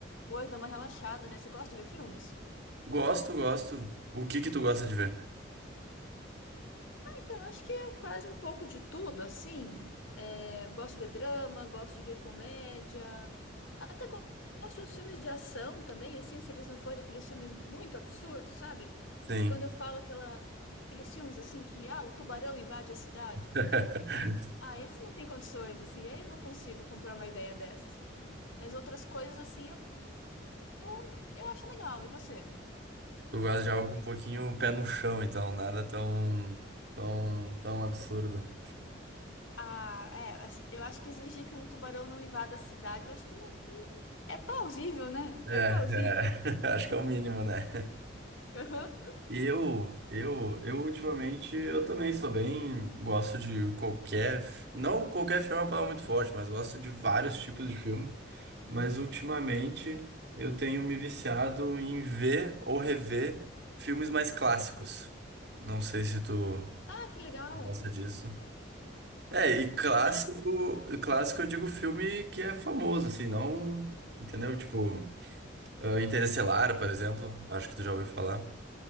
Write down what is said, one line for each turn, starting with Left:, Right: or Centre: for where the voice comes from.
Left: coisa, dar uma relaxada, né? Você gosta de ver filmes?
Right: Gosto, gosto. O que que tu gosta de ver?
Left: Ah, Então, eu acho que é quase um pouco de tudo, assim. É, gosto de ver drama, gosto de ver comédia, até go- gosto de uns filmes de ação também, assim, se eles não forem aqueles filmes muito absurdos, sabe?
Right: Sim.
Left: Quando eu falo aquela, aqueles filmes assim que, ah, o tubarão invade a cidade.
Right: <laughs>
Left: Ah, esse não tem condições, assim, eu não consigo comprar uma ideia dessas. Mas outras coisas, assim, eu, eu, eu acho legal. E você?
Right: Tu gosta de algo um pouquinho pé no chão, então nada tão tão tão absurdo.
Left: Ah, é, acho- eu acho que exigir que um tubarão não invada a cidade, eu acho que não. É plausível, né?
Right: É,
Left: É plausível.
Right: é. <laughs> Acho que é o mínimo, né?
Left: Aham.
Right: E eu, eu, eu ultimamente, eu também sou bem, gosto de qualquer, não qualquer filme é uma palavra muito forte, mas gosto de vários tipos de filme, mas ultimamente eu tenho me viciado em ver ou rever filmes mais clássicos. Não sei se tu
Left: Ah, que legal.
Right: gosta disso. É, e clássico,
Left: Não, é...
Right: clássico eu digo filme que é famoso, assim, não, entendeu? Tipo, ah, Interestelar, por exemplo, acho que tu já ouviu falar.